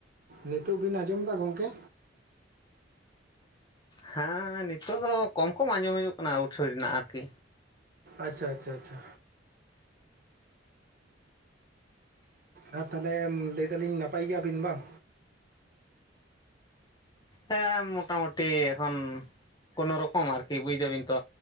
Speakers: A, on the right; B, on the left.
A: ᱱᱤᱛᱚᱜ ᱵᱤᱱ ᱟᱸᱡᱚᱢ ᱫᱟ ᱜᱚᱝᱠᱮ?
B: ᱦᱮᱸᱻᱱᱤᱛᱚᱜ ᱫᱚ ᱠᱚᱢ ᱠᱚᱢ ᱟᱸᱡᱚᱢ ᱦᱤᱡᱩᱜ ᱠᱟᱱᱟ ᱟᱣᱩᱴᱥᱳᱨ ᱨᱮᱱᱟᱜ ᱟᱨᱠᱤ᱾
A: ᱟᱪᱪᱷᱟ ᱟᱪᱪᱷᱟ ᱟᱪᱪᱷᱟ᱾ ᱟᱨ ᱛᱟᱦᱚᱞᱮ ᱞᱟᱹᱭ ᱫᱟᱞᱤᱧ ᱱᱟᱯᱟᱭ ᱜᱮᱭᱟᱵᱤᱱ ᱵᱟᱝ?
B: ᱦᱮᱸᱻ ᱢᱳᱴᱟᱢᱩᱴᱤ ᱮᱠᱷᱚᱱ ᱠᱱᱳ ᱨᱚᱠᱚᱢ ᱟᱨᱠᱤ ᱵᱩᱡ ᱫᱟᱵᱤᱱ ᱛᱚ᱾